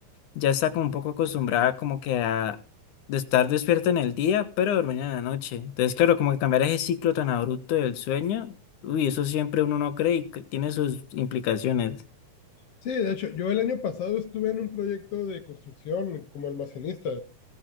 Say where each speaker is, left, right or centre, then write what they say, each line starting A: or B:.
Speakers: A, on the left; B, on the left.
A: ya está como un poco acostumbrada como que a de estar despierta en el día, pero dormir en la noche. Entonces, claro, como que cambiar ese ciclo tan abrupto del sueño, uy, eso siempre uno no cree y que tiene sus implicaciones.
B: Sí, de hecho, yo el año pasado estuve en un proyecto de construcción como almacenista